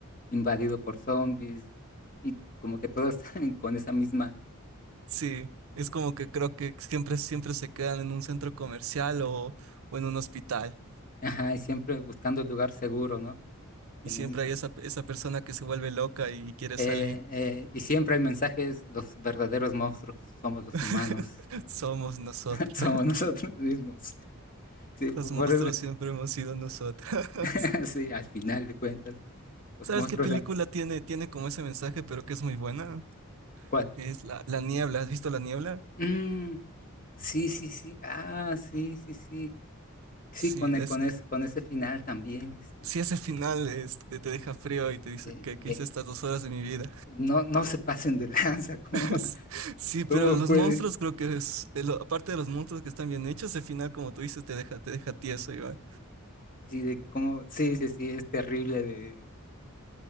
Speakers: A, on the left (about 40°); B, on the right (about 70°).
A: invadido por zombies y como que todos <laughs> están con esa misma,
B: Sí, es como que creo que siempre, siempre se quedan en un centro comercial o, o en un hospital.
A: ajá, y siempre buscando el lugar seguro, ¿no?
B: Y
A: Que
B: siempre
A: nunca.
B: hay esa, esa persona que se vuelve loca y quiere
A: Eh,
B: salir.
A: eh, y siempre el mensaje es, los verdaderos monstruos somos los
B: <laughs>
A: humanos,
B: Somos nosotros.
A: <laughs> somos nosotros mismos. Sí, po-
B: Los
A: por
B: monstruos
A: eso,
B: siempre hemos sido nosotros. <laughs>
A: <laughs> sí, al final de cuentas, los
B: ¿Sabes
A: monstruos,
B: qué película
A: eh,
B: tiene, tiene como ese mensaje, pero que es muy buena?
A: ¿cuál?
B: Es La, La Niebla. ¿Has visto La Niebla?
A: Mm, sí, sí, sí, ah, sí, sí, sí. Sí,
B: Sí,
A: con, e-
B: es,
A: con, es- con ese final también, este,
B: sí, ese final este, te deja frío y te
A: de,
B: dice que,
A: de-
B: que hice estas dos horas de mi vida.
A: no, no se pasen de lanza, <laughs> ¿cómo,
B: <laughs> Es- Sí, pero
A: cómo
B: los
A: fue?
B: monstruos creo que es, eh, lo- aparte de los monstruos que están bien hechos, el final, como tú dices, te deja, te deja tieso igual.
A: Sí, de cómo, sí, sí, sí, es terrible de...